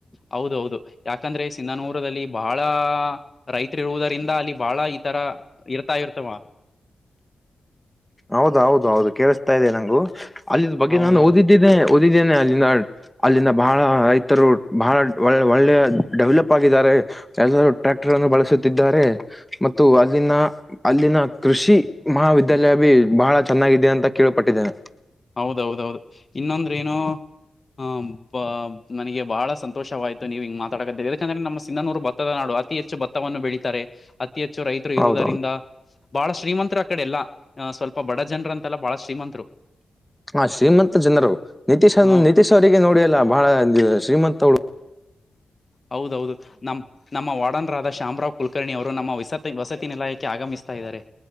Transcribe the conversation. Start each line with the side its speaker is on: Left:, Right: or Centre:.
Left: ಹೌದೌದು ಯಾಕಂದ್ರೆ ಸಿಂಧನೂರದಲ್ಲಿ ಬಹಳ ರೈತ್ ಇರುವುದರಿಂದ ಅಲ್ಲಿ ಬಾಳ ಈ ತರ ಇರ್ತಾ ಇರ್ತವಾ
Centre: ಹೌದೌದು ಹೌದು ಕೇಳಿಸ್ತಾ ಇದೆ ನಂಗು ಅಲ್ಲಿ ಬಗ್ಗೆ
Left: ಹೌದೌದು
Centre: ನಾನು ಓದಿದ್ದೇನೆ ಓದಿದ್ದೇನೆ ಅಲ್ಲಿನ ಅಲ್ಲಿಂದ ಬಹಳ ರೈತರು ಬಹಳ ಒಳ್ಳೆ ಒಳ್ಳೆ ಡೆವಲಪ್ ಆಗಿದ್ದಾರೆ ಎಲ್ಲರೂ ಟ್ರ್ಯಾಕ್ಟರ್ ಅನ್ನು ಬಳಸುತ್ತಿದ್ದಾರೆ ಮತ್ತು ಅಲ್ಲಿನ ಅಲ್ಲಿನ ಕೃಷಿ ಮಹಾವಿದ್ಯಾಲಯ ಬಹಳ ಚೆನ್ನಾಗಿದೆ ಅಂತ ಕೇೇಳಳ್ಪಟ್ಟಿದ್ದೇನೆ
Left: ಹೌದೌದೌದು ಇನ್ನೊಂದ್ರ ಏನು ಹ ಬ ನನಗೆ ಬಹಳ ಸಂತೋಷವಾಯ್ತು ನೀವ ಹಂಗ ಮಾ ತಡಗದ ಯಾಕಂದ್ರೆ ನಮ್ಮ ಸಿಂಧನೂರು ಭತ್ತದ ನಾಡು ಅತಿ ಹೆಚ್ಚು ಭತ್ತವನ್ನು ಬೆಳೀಿತಾರೆ ಅತಿ ಹೆಚ್ಚು ರೈತರು ಇರುವುದರಿಂದ
Centre: ಹೌದೌದು
Left: ಬಾಳ ಶ್ರೀಮಂತರು ಆಕಡೆ ಎಲ್ಲ ಸ್ವಲ್ಪ ಬಡ ಜನ್ರ ಅಂತೆಲ್ಲ ಬಾಳ ಶ್ರೀಮಂತರು
Centre: ಹ ಶ್ರೀಮಂತ ಜನರು ನಿತೀಶ್
Left: ಹ
Centre: ನಿತೀಶ್ ಅವರಿಗೆ ನೋಡಿ ಅಲ್ಲ ಬಹಳ ಶ್ರೀಮಂತತ್ ಅವಳ
Left: ಹೌದೌದು ನಮ್ಮ ನಮ್ಮ ವಾರ್ಡನರಾದ ಶಾಮರಾವ್ ಕುಲಕರ್ಣಿ ಅವರು ನಮ್ಮ ವಸತಿ ವಸತಿ ನಿಲಯಕ್ಕೆ ಆಗಮಿಸ್ತಾ ಇದ್ದಾರೆ